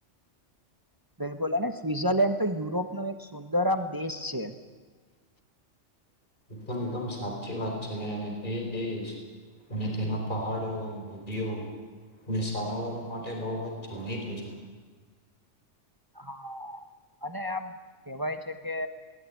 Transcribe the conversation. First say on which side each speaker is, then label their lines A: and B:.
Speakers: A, on the right; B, on the left.
A: બિલકુલ અને સ્વઝરલેન્ડ તો યુરોપ ન એક સુંદર આમ દેશ છે
B: એકદમ એકદમ સાચી વાત છે ને એ અને તેના પહાડો નદીઓ મેં સારાવાર માટે બઉ જાણીતું છે
A: <inaudible> હા અને આમ કેહેવાય છે કે